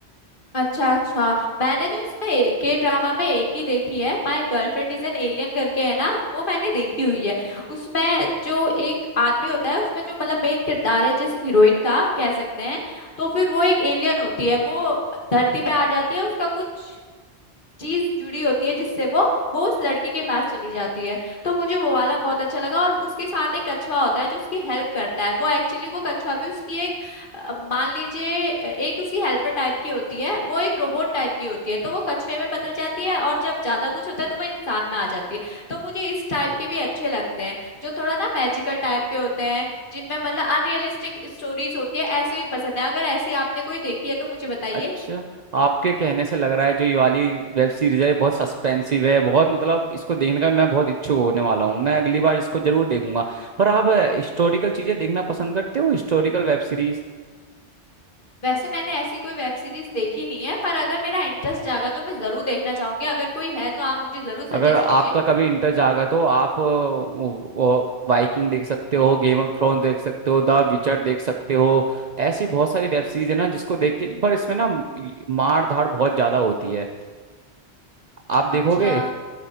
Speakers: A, on the left; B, on the right.
A: अच्छा अच्छा मैंने तो इसमें के ड्रामा में एक ही देखी है my girlfriend is an alien करके है ना वो मैंने देखी हुई है उसमें जो एक आदमी होता है उसमें जो मतलब मेन किरदार है जिस हीरोइन का कह सकते हैं तो फिर वो एक एलियन होती है वो धरती पे आ जाती है उसका कुछ चीज जुड़ी होती है जिससे वो वो उस लड़के के पास चली जाती है तो मुझे वो वाला बहुत अच्छा लगा और उसके साथ एक कछुआ होता है जो उसकी हेल्प करता है वो एक्चुअली वो कछुआ भी उसकी एक अ, मान लीजिए अ, एक उसकी हेल्पर टाइप की होती है वो एक रोबोट टाइप की होती है तो वो कछुए में बदल जाती है और जब ज्यादा कुछ होता है तो वो इंसान में आ जाती है तो मुझे इस टाइप के भी अच्छे लगते हैं जो थोड़ा ना मैजिकल टाइप के होते हैं जिनमें मतलब अनरियलिस्टिक स्टोरीज होती है ऐसे भी पसंद है अगर ऐसी आपने कोई देखी है तो मुझे बताइए
B: अच्छा आपके कहने से लग रहा है जो ये वाली वेब सीरीज है ये बहुत सस्पेंसिव है बहुत मतलब इसको देखने का मैं बहुत इच्छुक होने वाला हूँ मैं अगली बार इसको जरूर देखूंगा पर आप हिस्टोरिकल चीजें देखना पसंद करते हो Historical web series
A: वैसे मैंने ऐसी कोई वेब सीरीज देखी नहीं है पर अगर मेरा इंटरेस्ट जागा तो मैं जरूर देखना चाहूंगी अगर कोई है तो आप मुझे जरूर सजेस्ट
B: अगर आपका
A: कीजिए
B: कभी इंटर जागा तो आप अ, वो, वो, वाइकिंग देख सकते हो गेम ऑफ थ्रोन देख सकते हो द विचर देख सकते हो ऐसी बहुत सारी वेब सीरीज है ना जिसको देख के पर इसमें ना मार धाड़ बहुत ज्यादा होती है आप देखोगे
A: अच्छा